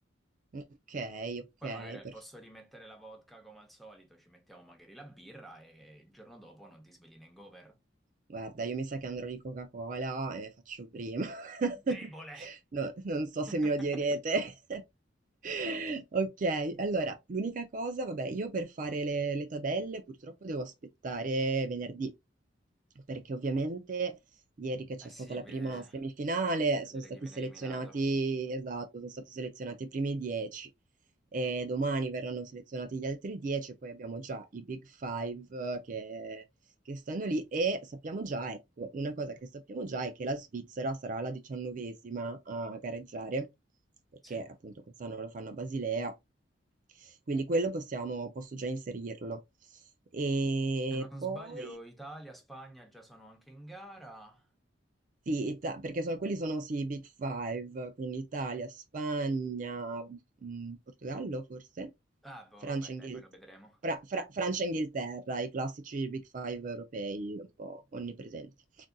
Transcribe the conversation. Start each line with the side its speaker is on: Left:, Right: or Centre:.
Right: Ok, ok,
Centre: Poi magari al
Right: perfetto.
Centre: posto di mettere la vodka come al solito ci mettiamo magari la birra e il giorno dopo non ti svegli in hangover.
Right: Guarda, io mi sa che andrò di Coca-Cola e faccio prima. <laughs>
Centre: Debole!
Right: No, non so se
Centre: <laughs>
Right: mi odierete. <laughs> Ok, allora, l'unica cosa, vabbè, io per fare le, le tabelle purtroppo devo aspettare venerdì, perché ovviamente ieri che
Centre: Eh
Right: c'è
Centre: sì,
Right: stata la
Centre: beh,
Right: prima semifinale
Centre: vedere
Right: sono stati
Centre: chi viene
Right: selezionati,
Centre: eliminato.
Right: esatto, sono stati selezionati i primi 10 e domani verranno selezionati gli altri 10 e poi abbiamo già i Big Five che che stanno lì e sappiamo già, ecco, una cosa che sappiamo già è che la Svizzera sarà la diciannovesima a gareggiare, perché
Centre: Sì.
Right: appunto quest'anno lo fanno a Basilea, quindi quello possiamo, posso già inserirlo. E
Centre: Se non
Right: poi
Centre: sbaglio, Italia, Spagna già sono anche in gara.
Right: Sì, Ita- perché sono- quelli sono sì, i Big Five, quindi Italia, Spagna, mh, Portogallo forse,
Centre: Ah, boh,
Right: Francia,
Centre: vabbè,
Right: Inghilterra,
Centre: dai, poi lo vedremo.
Right: Fra- Fra- Francia e Inghilterra, i classici Big Five europei un po' onnipresenti.